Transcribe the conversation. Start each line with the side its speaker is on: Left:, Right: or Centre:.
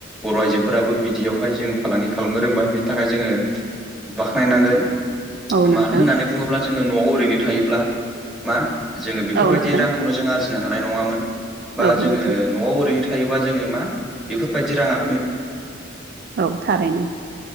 Centre: बर' आइजोफोराबो बिदियावहाय जों फालांगि गि खालामनो रोंबाय बिनि थाखाय जोङो बाख्नायनांगोन।
Right: औ नोंथां
Centre: मानो होननानै बुङोब्ला जोङो न'आव ओरैनो थायोब्ला मा जोङो बेफोरबायदि
Right: औ नोंथां
Centre: रांख जों आरजिनो हानाय नङामोन। बा
Right: औ
Centre: जोङो
Right: नोंथां
Centre: न'आव ओरैनो थायोबा जोङो मा बिफोरबादि रांङा
Right: औ थारैनो।